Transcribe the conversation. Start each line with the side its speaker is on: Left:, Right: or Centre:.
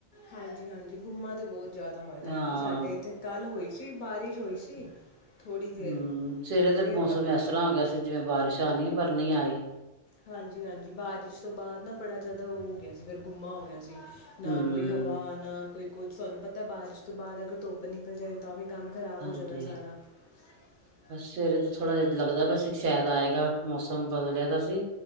Left: ਹਾਂਜੀ-ਹਾਂਜੀ ਗੁੰਮਾ ਤੇ ਬੋਤ ਜਾਦਾ ਹੋਏ ਦਾ,
Right: ਹਾਂ
Left: ਆ ਸਾਡੇ ਏਥੇ ਕਲ੍ਹ ਹੋਈ ਸੀ ਬਾਰਿਸ਼, ਹੋਈ ਸੀ। ਥੋੜ੍ਹੀ ਦੇਰ
Right: ਹੂੰਅ
Left: ਅਤੇ
Right: ਸਵੇਰੇ
Left: ਫਿਰ
Right: ਤੇ ਮੌਸਮ
Left: ਬ
Right: ਐਸਰ੍ਹਾਂ ਹੋ ਗਿਆ ਸੀ। ਜਿਵੇਂ ਬਾਰਿਸ਼ ਆਣੀ ਏ, ਪਰ ਨਈ ਆਈ।
Left: ਹਾਂਜੀ-ਹਾਂਜੀ ਬਾਰਿਸ਼ ਤੋਂ ਬਾਦ ਨਾ ਬੜਾ ਜਾਦਾ ਓ ਗਿਆ ਸੀ, ਫੇਰ ਗੁੰਮਾ ਹੋ ਗਿਆ ਸੀ। ਨਾ
Right: ਹੂੰ
Left: ਕੋਈ ਹਵਾ, ਨਾ ਕੋਈ ਕੂਛ ਤੁਆਨੂੰ ਪਤਾ, ਬਾਰਿਸ਼ ਤੋਂ ਬਾਦ ਅਗਰ ਧੁੱਪ ਨਿਕਲ ਜਾਏ ਤਾਂ ਵੀ ਕੰਮ ਖਰਾਬ
Right: ਹਾਂਜੀ
Left: ਹੋ ਜਾਂਦਾ ਸਾਰਾ। <inaudible>
Right: ਬਸ ਸਵੇਰੇ ਤੋਂ ਥੋੜ੍ਹਾ ਜਿਆ ਲੱਗਦਾ ਪਿਆ ਸੀ, ਸੈ਼ਦ ਆਏਗਾ। ਮੌਸਮ ਬਦਲਿਆ ਦਾ ਸੀ।